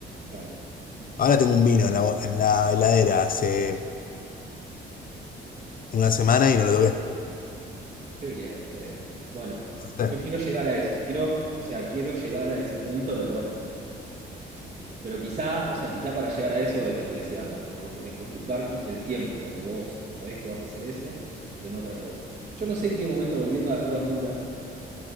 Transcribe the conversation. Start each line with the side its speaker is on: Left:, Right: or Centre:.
Right: Claro.
Left: Ahora tengo un vino en la, bo- en la heladera hace una semana y no lo toqué.
Right: Qué bien, Fede. Bueno,
Left: Sí,
Right: yo quiero llegar a eso. Quiero, o sea, quiero llegar a ese punto de, bueno, pero quizá, o sea, quizá para llegar a eso es lo que decía antes, ¿no? Tenés que ocupar tu- el tiempo en donde vos sabés que vas a hacer eso en otra cosa. Yo no sé en qué momento, volviendo a las drogas duras,